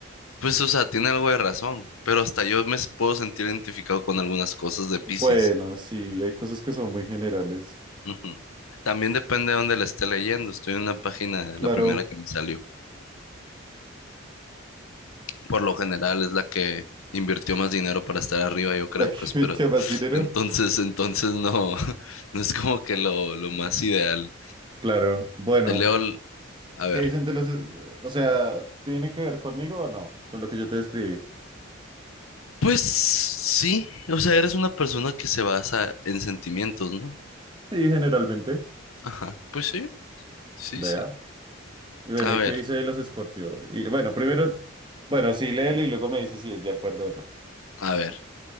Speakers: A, on the left; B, on the right.
A: Pues, o sea, tiene algo de razón, pero hasta yo me s- puedo sentir identificado con algunas cosas de Piscis.
B: Bueno, sí, hay cosas que son muy generales.
A: Ujú. También depende de dónde la esté leyendo. Estoy en una página,
B: Claro,
A: la primera que me salió. Por lo general es la que invirtió más dinero para estar arriba, yo creo,
B: ¿la que
A: pues,
B: <laughs> invirtió
A: pero
B: más
A: <laughs>
B: dinero?
A: entonces, entonces no, <laughs> no es como que lo, lo más ideal.
B: Claro, bueno,
A: Te leo, el- a ver.
B: ¿qué dicen de los... es- O sea, ¿tiene que ver conmigo o no? Con lo que yo te describí.
A: Pues sí, o sea, eres una persona que se basa en sentimientos, ¿no?
B: Sí, generalmente,
A: Ajá, pues sí, sí,
B: vea.
A: sí.
B: Y bueno,
A: A
B: ¿y
A: ver,
B: qué dice de los Escorpio? Y bueno, primero, bueno, sí, léelo y luego me dice si es de acuerdo o no.
A: a ver.